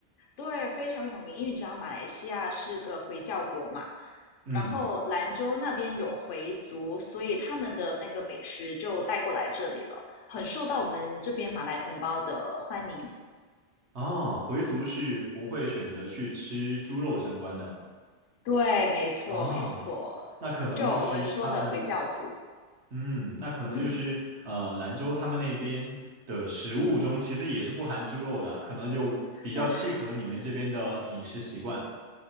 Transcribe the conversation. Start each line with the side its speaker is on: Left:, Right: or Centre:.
Left: 对，非常有名，因为你知道马来西亚是个回教国嘛，
Right: 嗯，
Left: 然后兰州那边有回族，所以他们的那个美食就带过来这里了，很受到我们这边马来同胞的欢迎。
Right: 啊，回族是不会选择去吃猪肉相关的。
Left: 对，没错，
Right: 啊，
Left: 没错，
Right: 那可能就是他们。
Left: 就我们说的回教徒，
Right: 嗯，那可能就是呃，
Left: 嗯，
Right: 兰州他们那边的食物中其实也是不含猪肉的，可能就比较契合你们这边的饮食习惯。
Left: 不喊，